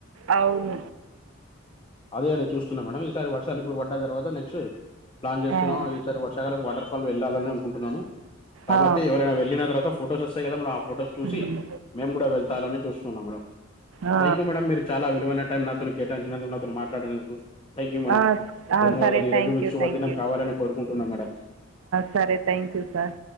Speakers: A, on the right; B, on the left.
A: అవును
B: అదే అని చూస్తున్నా మేడం ఈసారి వర్షాలు ఇప్పుడు పడ్డా తర్వాత నెక్స్ట్ ప్లాన్ చేస్తున్నాము
A: ఆ.
B: ఈసారి వర్షకాలం వాటర్ ఫాల్ వెళ్ళాలని అనుకుంటు కాబట్టి
A: ఆ!
B: ఎవరైన వెళ్ళిన తర్వాత ఫొటోస్ వస్తాయి కదా మన ఫొటోస్ చూసి
A: హ్మ్.
B: మేము కూడ వెళ్తాలని చూస్తున్నాం మేడం
A: ఆ!
B: థ్యాంక్ యూ మేడం మీరు చాల విలువైన టైమ్ నాతోని కేటాయిచినందుకు నాతోని మాట్లాడినందుకు థ్యాంక్ యూ మేడం
A: ఆ! ఆ!
B: ధన్యవాదాలు
A: సరే
B: ఈ
A: థ్యాంక్
B: రోజు మీకు
A: యూ
B: శుభదినం
A: థ్యాంక్ యూ
B: కావాలని కోరుకుంటున్నా మేడం
A: సరే థ్యాంక్ యూ సార్